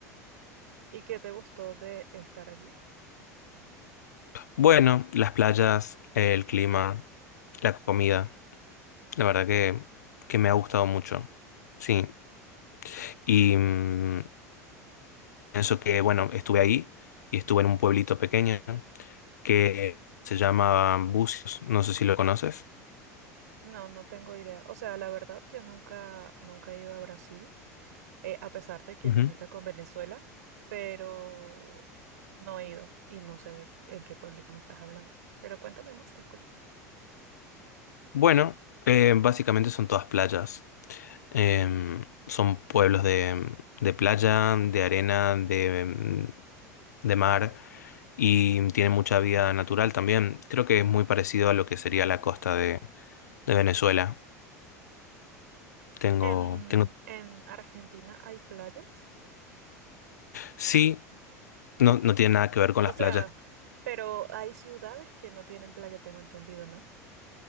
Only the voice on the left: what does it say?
Bueno, las playas, el clima, la comida. La verdad que, que me ha gustado mucho. Sí. Y mm, pienso que, bueno, estuve ahí y estuve en un pueblito pequeño que se llama Bucios. No sé si lo conoces.
Ujú.
Bueno, eh, básicamente son todas playas. Em, son pueblos de, de playa, de arena, de, mm, de mar y tienen mucha vida natural también. Creo que es muy parecido a lo que sería la costa de, de Venezuela. Tengo,
tengo.
Sí, No, no tiene nada que ver con
las
playas.